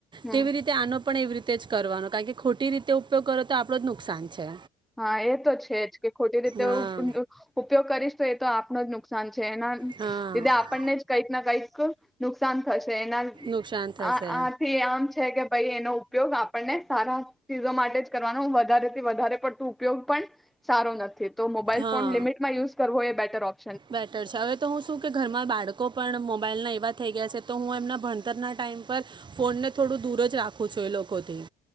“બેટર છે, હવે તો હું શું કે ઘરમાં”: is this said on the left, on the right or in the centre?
Right